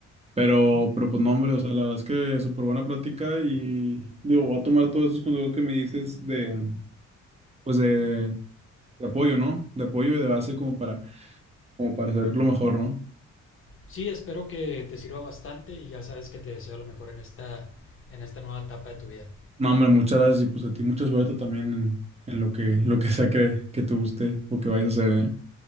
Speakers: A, on the right; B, on the left.
A: Pero, pero pues no, hombre, o sea, la verdad es que súper buena plática y digo, voy a tomar todos esos consejos que me dices de, pues de, de apoyo, ¿no? De apoyo y de base como para, como para hacer lo mejor, ¿no?
B: Sí, espero que te sirva bastante y ya sabes que te deseo lo mejor en esta, en esta nueva etapa de tu vida.
A: No, hombre, muchas gracias y pues a ti mucha suerte también en, en lo que, lo que sea que, que te guste o que vayas a hacer, ¿eh?